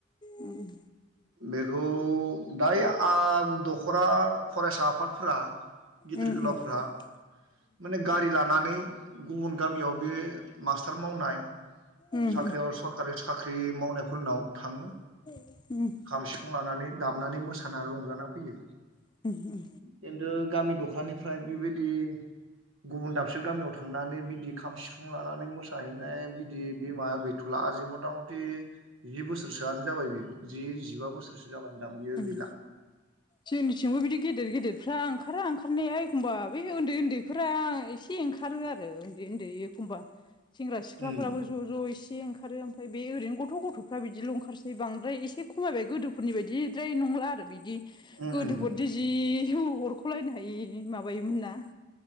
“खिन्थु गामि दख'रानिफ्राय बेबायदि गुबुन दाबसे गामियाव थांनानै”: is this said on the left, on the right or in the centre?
Right